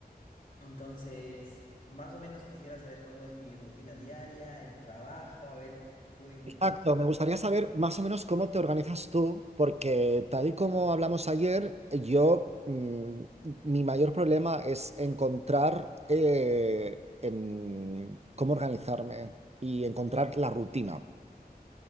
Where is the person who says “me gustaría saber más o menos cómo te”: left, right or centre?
Right